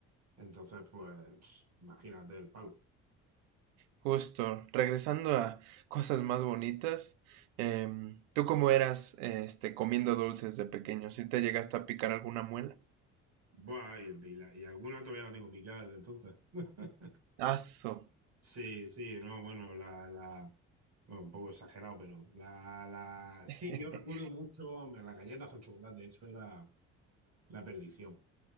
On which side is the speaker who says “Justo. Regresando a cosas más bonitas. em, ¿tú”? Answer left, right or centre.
Right